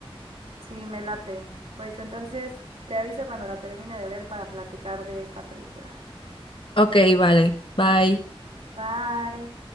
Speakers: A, on the right (about 85°); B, on the left (about 60°).
A: Sí, me late. Pues entonces te aviso cuando la termine de ver para platicar de esta película.
B: Ok, vale, bye.
A: Bye.